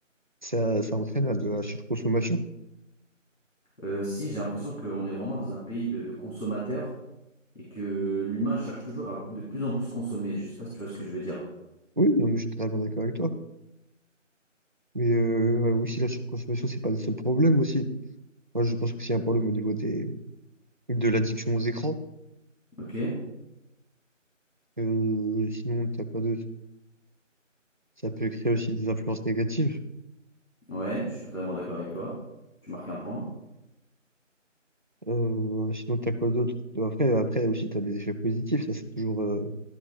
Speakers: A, on the right; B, on the left.
A: ça, ça entraîne à de la surconsommation?
B: Euh, si, j'ai l'impression qu'on est vraiment dans un pays de, de consommateurs et que l'humain cherche toujours à de plus en plus consommer. Je sais pas si tu vois ce que je veux dire.
A: Oui, non, mais je suis totalement d'accord avec toi. Mais euh, ouais, aussi, la surconsommation, c'est pas le seul problème aussi. Moi, je pense que c'est un problème au niveau des, de l'addiction aux écrans.
B: Ok?
A: Euh, sinon, t'as pas de... Ça peut créer aussi des influences négatives.
B: Ouais, je suis totalement d'accord avec toi. Tu marques un point.
A: Euh, sinon, t'as quoi d'autre? Après, après aussi, t'as des effets positifs. Ça, c'est toujours euh,